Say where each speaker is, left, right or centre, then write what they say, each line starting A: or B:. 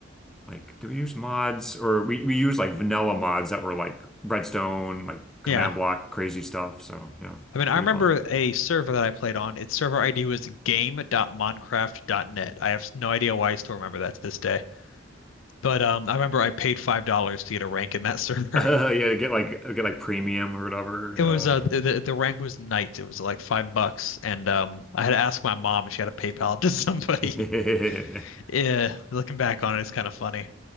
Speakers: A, in the centre; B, on the left (about 85°).
A: like do we use mods or we, we use like vanilla mods that were like redstone like command
B: Yeah.
A: block crazy stuff so yeah
B: I mean, I
A: pretty
B: remember
A: fun
B: a server that I played on. Its server ID was game.minecraft.net. I have no idea why I still remember that to this day. But um, I remember I paid five dollars to get a rank in that server.
A: <laughs> yeah
B: <laughs>
A: get like get like premium or whatever
B: It was uh the the the rank was knight. It was like five bucks, and um I had to ask my mom if she had a PayPal to somebody.
A: yeah
B: <laughs>
A: <laughs>
B: Yeah, looking back on it, it's kind of funny.